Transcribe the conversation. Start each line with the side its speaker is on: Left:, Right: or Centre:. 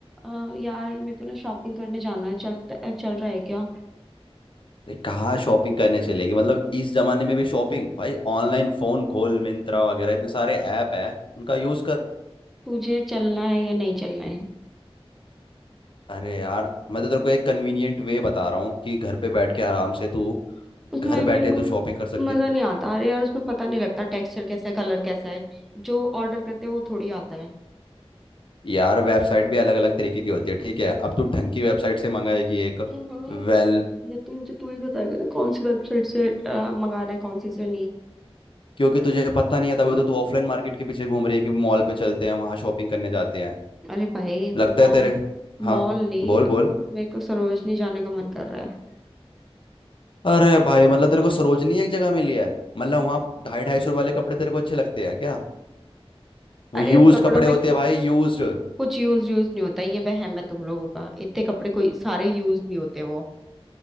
Centre: अ, यार मेरे को ना शॉपिंग करने जाना है चल चल रहा है क्या
Left: अरे कहाँ शॉपिंग करने चलेगी मतलब इस जमाने में भी शॉपिंग भाई ऑनलाइन फोन खोल मिंत्रा वगैरह इतने सारे ऐप हैं उनका यूज कर
Centre: तुझे चलना है या नहीं चलना है
Left: अरे यार मैं तो तेरे को एक कन्वीनियंट वे बता रहा हूँ कि घर पे बैठ के आराम से तू
Centre: उसमें
Left: घर
Centre: मेरे
Left: बैठे
Centre: को
Left: तू शॉपिंग कर सकती
Centre: मजा
Left: है।
Centre: नहीं आता अरे यार उसमें पता नहीं लगता टेक्सचर कैसा है कलर कैसा है जो ऑर्डर करते हैं वो थोड़ी आता है
Left: यार वेबसाइट भी अलग अलग तरीके की होती है ठीक है अब तू ढंग की वेबसाइट से मंगाएगी एक
Centre: हम्म
Left: वेल
Centre: ये तो मुझे तू ही बताएगा ना कौन सी वेबसाइट से अ, मंगाना है कौन सी से नहीं
Left: क्योंकि तुझे पता नहीं है तभी तो तू ऑफलाइन मार्केट के पीछे घूम रही है कि मॉल पे चलते हैं वहां शॉपिंग करने जाते हैं
Centre: अरे भाई मॉल
Left: लगता है तेरे हाँ
Centre: मॉल नहीं
Left: बोल बोल
Centre: मेरे को सरोजनी जाने का मन कर रहा है
Left: अरे भाई मतलब तेरे को सरोजनी एक जगह मिली है मतलब वहां ढाई ढाई सौ रुपए वाले कपड़े तेरे को अच्छे लगते हैं क्या वो
Centre: अरे
Left: यूज्ड
Centre: उन कपड़ों
Left: कपड़े
Centre: में
Left: होते हैं भाई यूज्ड
Centre: कुछ यूज यूज नहीं होता ये वहम है तुम लोगों का इतने कपड़े कोई सारे यूज नहीं होते वो